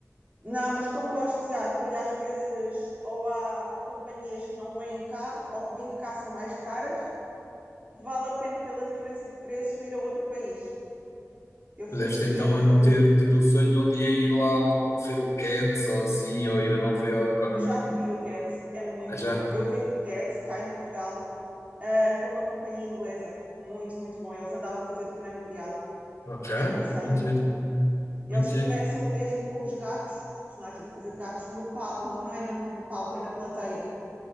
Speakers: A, on the right (about 30°); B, on the left (about 55°).
A: Não, mas como gosto de teatro e às vezes ou há companhias que não vêm cá ou que vêm de cá são mais caras, vale a pena pela diferença de preço ir a outro país. Eu fui
B: Tu deves
A: ver
B: ter, então
A: eh, o.
B: ter, ter o sonho de um dia ir lá ao- ver o Cats ou assim, ou ir a Nova Iorque ou não.
A: Eu já vi o Cats, é muito
B: Ah, já.
A: bom. Eu vi o Cats cá em Portugal uh, com uma companhia inglesa. Muito, muito bom. Eles andavam a fazer turnê mundial.
B: Ok,
A: Aconselho.
B: muito giro, muito
A: Eles
B: giro.
A: começam mesmo com os gatos, os personagens a fazer de gatos, no pal não, não é no, no palco, é na plateia.